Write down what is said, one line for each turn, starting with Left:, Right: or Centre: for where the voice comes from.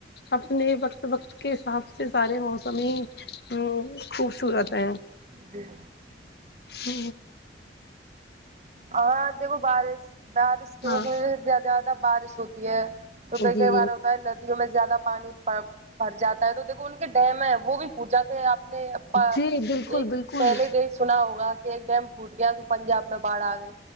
Left: اپنے وقت وقت کے حساب سے سارے موسم ہی ہ خوبصورت ہے
Right: جی
Left: ہ
Right: ہاں دیکھو بارش بارش کے
Left: ہاں
Right: موسم میں جس زیادہ بارش ہوتی ہے تو کئی کئی
Left: جی
Right: بار ہوتا ہے لت میں زیادہ پانی بھر جاتا ہے تو دیکھو ان کے ڈیم ہے وہ بھی پھوٹ جاتا ہے اپنے اپا
Left: جی بالکل
Right: ایک
Left: بالکل
Right: پہلے دیش سنا ہوگا کہ ایک ڈیم پھوٹ گیا تو پنجاب میں باڑ آ گئی